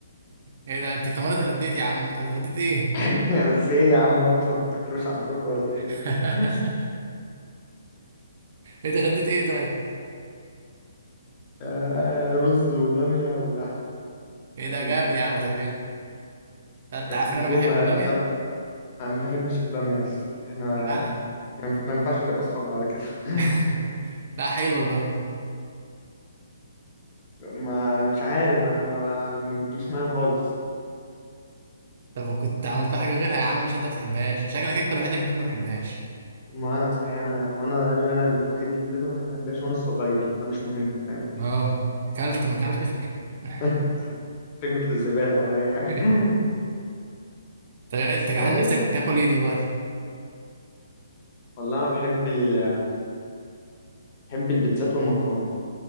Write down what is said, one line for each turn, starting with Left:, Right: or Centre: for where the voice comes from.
Right: ايه ده انت كمان اتغديت يا عم طب اتغديت ايه؟
Left: <laughs> في ايه يا عم انتوا ما بتاكلوش عندكم ولا ايه
Right: <laughs>
Left: <laughs>
Right: انت اتغديت ايه طيب؟
Left: آه، رز وباميه ولحم
Right: ايه ده
Left: انت
Right: جامد يا عم
Left: آه،
Right: طب حلو انت
Left: بتحبهم
Right: عارف ان انا بحب
Left: يا
Right: البامية؟
Left: اصلا انا ما بحبش الباميه اصلا احنا
Right: فعلا
Left: ما ينف- ما ينفعش نبقى اصحاب بعد كده <laughs>
Right: <laughs> لا حلوة البامية
Left: ما مش عارف انا ما, ما بتجيش معايا خالص
Right: طب كنت عملت لها حاجة غيرها يا عم عشان انت ما بتحبهاش شكلك انت الوحيد اللي في البيت ما بحبهاش
Left: ما انا صحيح انا وانا انا الوحيد اللي ما بحبهاش وانا الصغير انا مش مهم فاهم
Right: اه اكلت ما اكلتش مش مهم.
Left: <laughs> ترمي في الزبالة ولا أي
Right: <laughs>
Left: حاجة <laughs>
Right: طب انت
Left: بس
Right: جعان
Left: والله
Right: نفسك تاكل ايه دلوقتي؟
Left: والله أنا بحب ال... بحب البيتزات والمكرونات